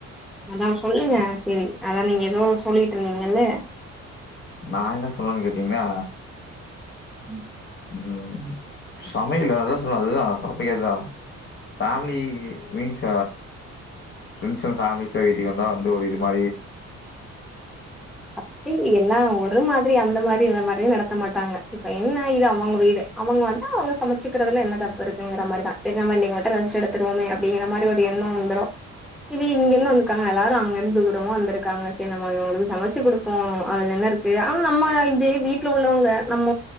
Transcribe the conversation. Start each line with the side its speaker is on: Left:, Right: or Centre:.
Centre: அதாஸ் சொல்லுங்க செரி அதா நீங்க ஏதோ சொல்லிட் இருந்தீங்கல
Left: நா என்ன சொல்லணு கேட்டீங்கனா
Centre: ம்
Left: உம் சமையல் அதா சொல்ல அதுதா டாபிக் அதுதா ஃபேமிலி மீன்ஸ் பிரண்ட்ஸ் அண்ட் பேமிலிஸ்ல வீட்டுக்கு வந்தா வந்து ஒரு இது ம
Centre: அப்டி எல்லா ஒரு மாரி அந்த மாரி இதமாரி நடத் மாட்டாங்க இப்ப என்ன இது அவுங்க வீடு அவுங்க வந்து அவுங்க சமச்சிக்கிறதுல என்ன தப்பு இருக்குங்கிற மாரி தா செர் நாம இன்னக்கி மட்டு ரெஸ்ட் எடுத்துவோமே அப்படிங்ற மாரி ஒரு எண்ண வந்து இது இங்கந்து வந்துக்காங்க எல்லாரு அங்க இருந்து தூரமா வந்திருக்காங்க ச நாம இவங்களுக்கு சமைச் ச்சு கொடுப்போ அதுல என்ன இருக்கு ஆனா நம்ம இ வீட்டுல உள்ளவங்க நம்ம